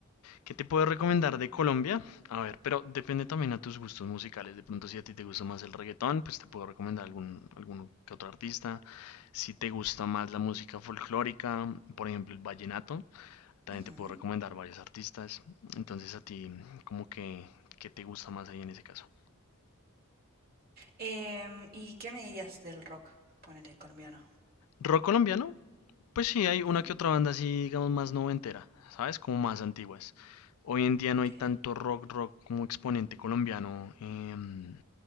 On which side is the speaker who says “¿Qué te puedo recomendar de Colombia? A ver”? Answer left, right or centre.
Left